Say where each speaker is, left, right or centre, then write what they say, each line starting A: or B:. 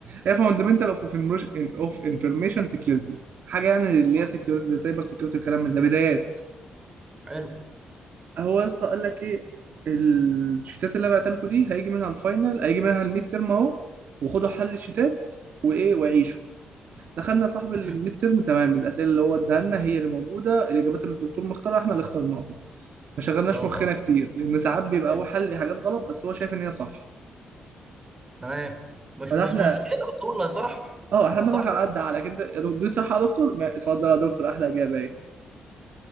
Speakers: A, on the right; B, on the right.
A: هي فاوندمنتال اوف اوف انفورميشن سكيورتي حاجه يعني اللي
B: آه.
A: هي سكيورتي زي سايبر سكيورتي والكلام من ده بدايات
B: حلو
A: هو يا اسطى قال لك ايه الشيتات اللي بعتها لكم دي هيجي منها الفاينل هيجي منها الميد ترم اهو وخدوا حل الشيتات وايه وعيشوا دخلنا صاحب الميد
B: مم.
A: ترم تمام الاسئله اللي هو اداها لنا هي اللي موجوده الاجابات اللي الدكتور مختارها احنا اللي اخترناها ما شغلناش
B: اه
A: مخنا كتير لان ساعات بيبقى
B: حلو
A: هو حل حاجات غلط بس هو شايف ان هي صح
B: تمام مش
A: فده
B: بس
A: احنا
B: مشكله بس هو اللي هيصح
A: اه
B: اصح
A: احنا بناخد على قد على كده يا دكتور دي صح يا دكتور ما اتفضل يا دكتور احلى اجابه اهي